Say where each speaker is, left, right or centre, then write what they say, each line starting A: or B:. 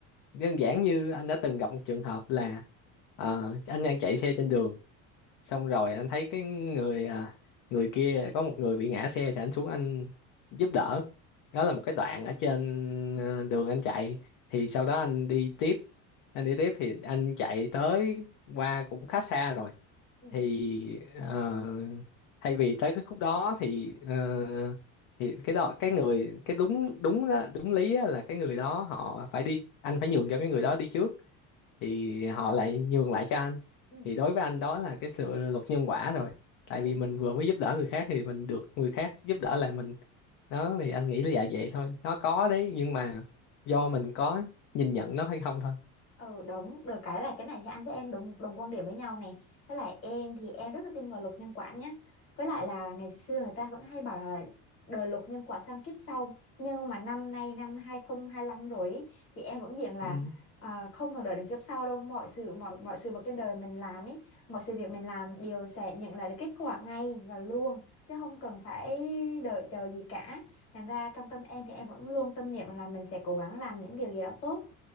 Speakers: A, on the left; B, on the left.
A: đơn giản như anh đã từng gặp một trường hợp là ờ, anh đang chạy xe trên đường xong rồi anh thấy cái người à, người kia có một người bị ngã xe thì anh xuống anh giúp đỡ đó là một cái đoạn ở trên ờ, đường anh chạy thì sau đó anh đi tiếp anh đi tiếp thì anh chạy tới qua cũng khá xa rồi
B: ừ
A: thì ờ, thay vì tới cái khúc đó thì ờ, thì cái đó cái người cái đúng đúng đó, đúng lý á là cái người đó họ phải đi anh phải nhường cho cái người đó đi trước thì họ lại nhường lại cho anh
B: ừ
A: thì đối với anh đó là cái sự luật nhân quả rồi tại vì
B: ừ.
A: mình vừa mới giúp đỡ người khác thì mình được người khác giúp đỡ lại mình đó thì anh nghĩ là dạ vậy thôi nó có đấy nhưng mà do mình có nhìn nhận nó hay không thôi
B: Ừ đúng, được cái là cái này thì anh với em đồng đồng quan điểm với nhau này. Với lại em thì em rất là tin vào luật nhân quả nhé. Với lại là ngày xưa người ta vẫn hay bảo là đời luật nhân quả sang kiếp sau. Nhưng mà năm nay năm hai không hai lăm rồi ý, thì em vẫn diện là
A: ừ,
B: à, không cần đợi đến kiếp sau đâu. Mọi sự mọi mọi sự vật trên đời mình làm ấy, mọi sự việc mình làm đều sẽ nhận lại được kết quả ngay và luôn chứ không cần phải đợi chờ gì cả. Thành ra trong tâm em thì em vẫn luôn tâm niệm là mình sẽ cố gắng làm những điều gì đó tốt